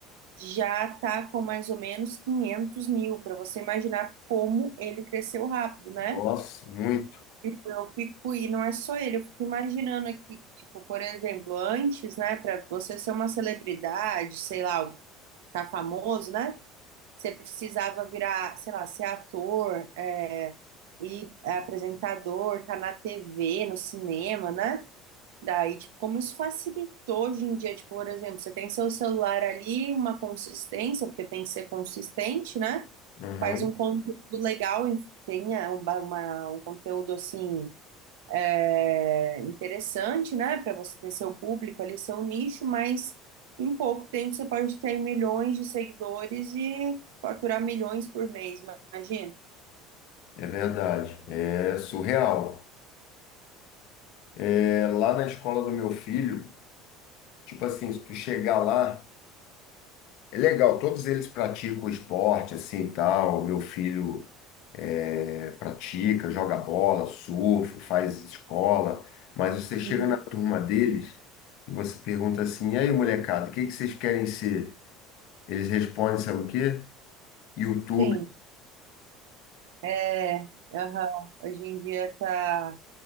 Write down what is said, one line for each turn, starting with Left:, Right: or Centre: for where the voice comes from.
Right: já tá com mais ou menos 500 mil, para você imaginar como ele cresceu rápido, né?
Left: Nossa, muito.
Right: Tipo, Eu fico, e não é só ele, eu fico imaginando aqui, tipo, por exemplo, antes, né, para você ser uma celebridade, sei lá, ficar famoso, né, você precisava virar, sei lá, ser ator, é, e é apresentador, tá na TV, no cinema, né? Daí, tipo, como isso facilitou hoje em dia, tipo, por exemplo, você tem seu celular ali, uma consistência, porque tem que ser consistente, né?
Left: Uhum.
Right: Faz um conteúdo legal, e tenha uma, uma- um conteúdo assim é interessante, né, para você ter seu público ali, seu nicho, mas em pouco tempo você pode ter milhões de seguidores e faturar milhões por mês, imagina.
Left: É verdade. É surreal. É, lá na escola do meu filho, tipo assim, se tu chegar lá, é legal, todos eles praticam esporte, assim, e tal. Meu filho é, pratica, joga bola, surfa, faz escola, mas você chega
Right: Uhum.
Left: na turma deles e você pergunta assim, e aí, molecada, o que que vocês querem ser? Eles respondem, sabe o quê? YouTube.
Right: Sim, é, aham, hoje em dia tá,